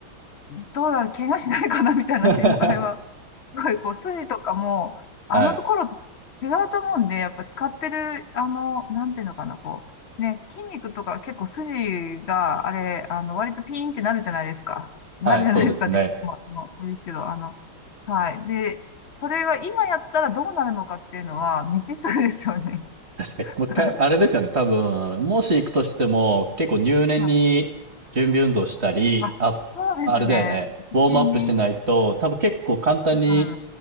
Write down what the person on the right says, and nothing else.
<laughs>
はい。
はい、そうですね。
確かに。
もう一回、あれですよね。多分、もし行くとしても、結構入念に準備運動したり、
あ、
あれだよね。
ウォームアップしないと、多分結構簡単に、